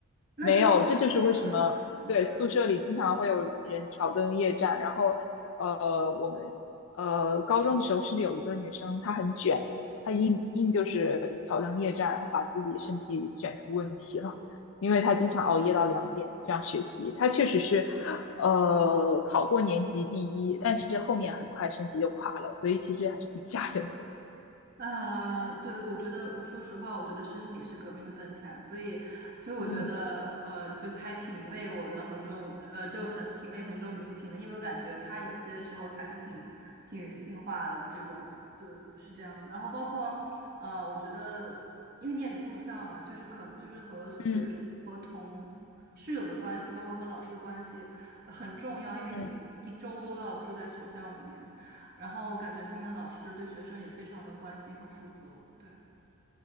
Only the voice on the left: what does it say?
没有，这就是为什么对宿舍里经常会有人挑灯夜战。然后，呃，我们呃高中的时候甚至有一个女生，她很卷，她硬硬就是挑灯夜战，然后把自己身体卷出问题了，因为她经常熬夜到两点这样学习。她确实是呃考过年级第一，但是后面很快身体就垮了，所以其实还是挺吓人的。
嗯
嗯
嗯。